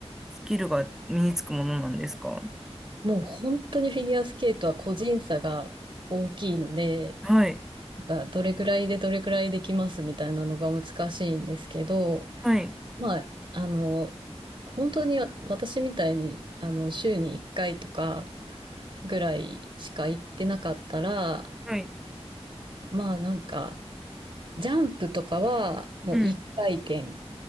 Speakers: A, in the centre; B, on the right (about 50°).
A: スキルが身につくものなんですか
B: もう本当にフィギュアスケートは個人差が大きいので、
A: はい。
B: なんかどれぐらいでどれぐらいできますみたいなのが難しいんですけど、
A: はい。
B: まあ、あの、本当に私みたいに、あの、週に1回とかぐらいしか行ってなかったら、
A: はい。
B: まあなんか、ジャンプとかはもう1回転
A: うん。